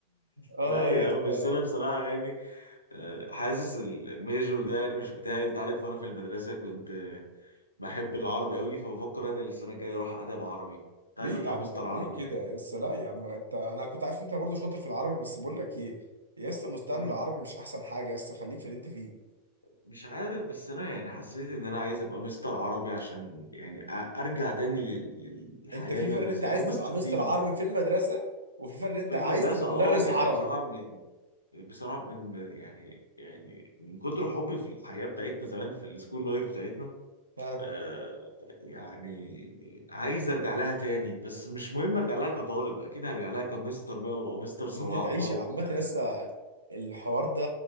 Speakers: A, on the right (about 75°); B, on the left (about 80°).
A: اه
B: لا يا
A: يا اسطى
B: عم بس انا بصراحه يعني آه، حاسس الميجور ده يعني مش بتاعي انت عارف وانا في المدرسه كنت آه، بحب العربي قوي فبفكر انا السنه الجايه اروح ادب عربي كنت
A: ليه
B: عايز اطلع
A: يا عم
B: مستر
A: ليه
B: عربي
A: كده
B: يعني
A: يا اسطى لا يا عم انت انا كنت عارف انت برضه شاطر في العربي بس بقول لك ايه يا اسطى مستقبل
B: مم.
A: العربي مش احسن حاجه يا اسطى خليك في اللي انت فيه
B: مش عارف بس انا يعني حسيت ان انا عايز ابقى مستر عربي عشان يعني أ- ارجع تاني لل- للحياه
A: انت في
B: المدرسيه
A: فرق ان انت عايز
B: او مستر
A: تبقى مستر
B: دين
A: عربي في المدرسه وفي فرق ان انت
B: في المدرسه
A: عايز تبقى
B: اه
A: مدرس
B: يعني
A: عربي
B: بصراحه م- بصراحه من يعني يعني من كتر حبي في الحياه بتاعتنا زمان في السكول لايف بتاعتنا
A: ها
B: آه، يعني عايز ارجع لها تاني بس مش مهم ارجع لها كطالب اكيد هرجع لها كمستر بقى وابقى مستر صلاح
A: ان انت تعيش
B: بقى
A: عامه
B: وبتاع
A: لسه الحوار ده